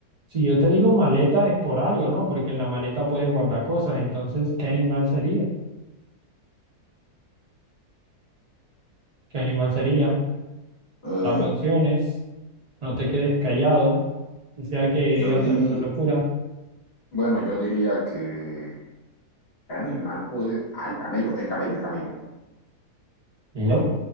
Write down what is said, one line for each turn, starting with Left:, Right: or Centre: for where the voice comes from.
Right: Si yo te digo maleta es por algo, ¿no? Porque en la maleta puedes guardar cosas. Entonces, ¿qué animal sería? ¿Qué animal sería?
Left: Ah,
Right: Dame opciones. No te quedes callado. Si sea que digas
Left: yo diría,
Right: alguna locura.
Left: bueno, yo diría que ¿qué animal puede? Ah, el camello, el camello, el camello.
Right: No,